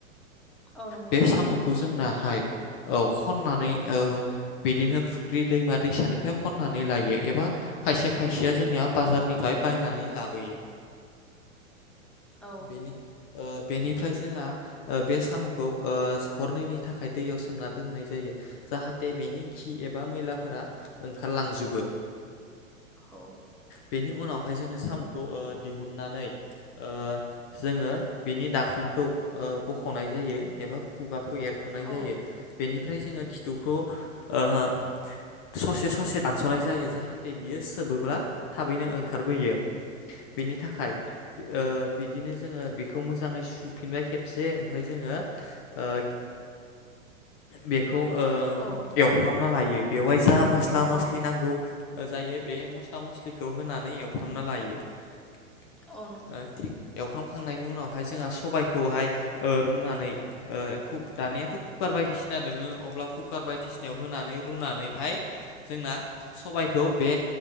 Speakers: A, in the centre; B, on the left (about 40°).
A: औ नंगौ
B: बे साम'खौ जोंनाहाय औ खननानै ओ बिदिनो फुख्रि दैमा दैसानिफ्राय खननानै लायो एबा खायसे खायसेया जोंनिया बाजारनिफ्राय बायनानै लाबोयो
A: औ
B: बेनि बेनिफ्राय ओमफ्राय जोंहा बे साम'खौ हरनैनि थाखाय दैयाव सोमना दोननाय जायो जाहा थे बेनि खि एबा मैलाफोरा ओंखारलांजोबो
A: औ
B: बेनि उनावहाय जोङो साम'खौ ओ दिहुननानै ओ जोङो बिनि दाखोनखौ ओ बख'नाय जायो एबा खुु गाखौ एरख'नाय
A: औ
B: जायो बेनिफ्राय जोङो खिथुखौ ओ ससे ससे दानस'नाय जायो जाहाथे बियो सोबोब्ला थाबैनो ओंखारबोयो बेनि थाखाय ओ बिदिनो जोङो बेखौ मोजाङै सुफिनबाय खेबसे ओमफ्राय जोङो ओ बेखौ ओ
A: औ
B: एवफ्रामना लायो बेवहाय जा मस्ला मस्लि
A: औ
B: नांगौ जायो बे मस्ला मस्लिखौ होनानै एव फ्रामना लायो ओ
A: औ नंगौ
B: थिग एवफ्रामखांनायनि उनावहाय जोंहा सबायखौहाय ओ रुनानै ओ खुुग दानियाथ' कुकार बायदिसिना दङो अब्ला कुकार बायदिसिनायाव होनानै रुनानैहाय जोंना सबायखौ बे